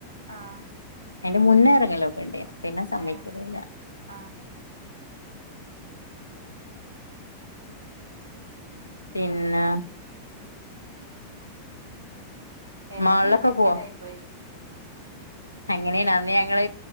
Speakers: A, on the right; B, on the left.
A: ആഹ്
B: അതിന്റെ മുന്നേ ഇറങ്ങലൊക്കെ ഉണ്ടായിരുന്നു പിന്നെ സമ്മയിക്കലില്ല
A: ഏഹ് ആഹ്
B: പിന്നെ
A: കേട്ടപ്പോ
B: മാളിലൊക്കെ
A: തന്നെ ഗതികേടായി
B: പോവോ
A: പോയി
B: അങ്ങനെയാണ് അന്ന് ഞങ്ങള്